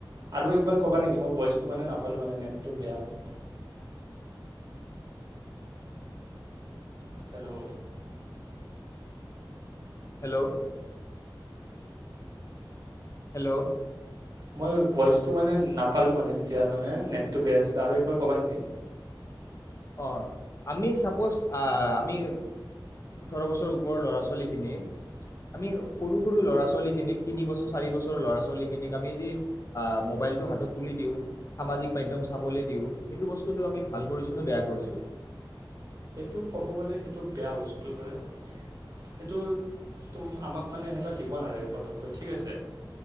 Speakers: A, on the right; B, on the left.
A: আৰু একবাৰ কবা নেকি মই ভইচটো মানে নাপালো মানে নেত টো বেয়া মানে হেল্ল'
B: হেল্ল' হেল্ল'
A: মই ভইচটো মানে নাপালো মানে তেতিয়া মানে নেট বেয়া আছিল আৰু একবাৰ ক'বা নেকি
B: অঁ আমি চাপ'জ আমি ওঠৰ বছৰ ওপৰৰ ল'ৰা ছোৱালীখিনিক আমি সৰু সৰু ল'ৰা ছোৱালীখিনিক তিনি‌ বছৰ চাৰি বছৰ ল'ৰা ছোৱালীখিনিক আমি যি মোবাইলটো হাতত তুলি দিওঁ সামাজিক মাধ্যম চাবলৈ দিওঁ সেইটো বস্তুটো আমি ভাল কৰিছোঁ নে বেয়া কৰিছো
A: সেইটো ক'ব গ'লে সেইটো বেয়া বস্তু হয় সেইটো ত আমাক মানে এনেকুৱা দিব নালাগে পতককৈ ঠিক আছে